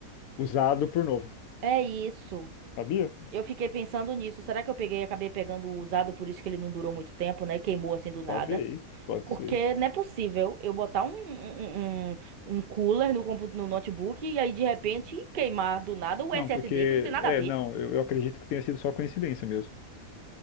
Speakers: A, on the left (about 80°); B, on the right (about 50°).
A: usado por novo.
B: É isso.
A: Sabia?
B: Eu fiquei pensando nisso. Será que eu peguei, acabei pegando o usado, por isso que ele não durou muito tempo, né? Queimou assim do nada.
A: Talvez, pode
B: Porque
A: ser.
B: não é possível eu botar um, um, um, um um cooler no, compu- no notebook e aí de repente queimar do nada o
A: Não,
B: SSD,
A: porque.
B: que não tem nada
A: É,
B: a ver.
A: não, eu, eu acredito que tenha sido só coincidência mesmo.